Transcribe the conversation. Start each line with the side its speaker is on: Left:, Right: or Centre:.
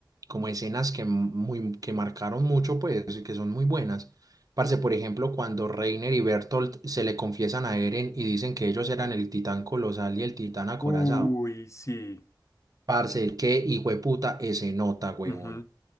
Right: como escenas que, muy, que marcaron mucho, pues, y que son muy buenas. Parce, por ejemplo, cuando Reiner y Bertolt se le confiesan a Eren y dicen que ellos eran el titán colosal y el titán acorazado.
Left: Uy, sí.
Right: Parce, qué hijueputa ese nota, huevón.
Left: Ujú,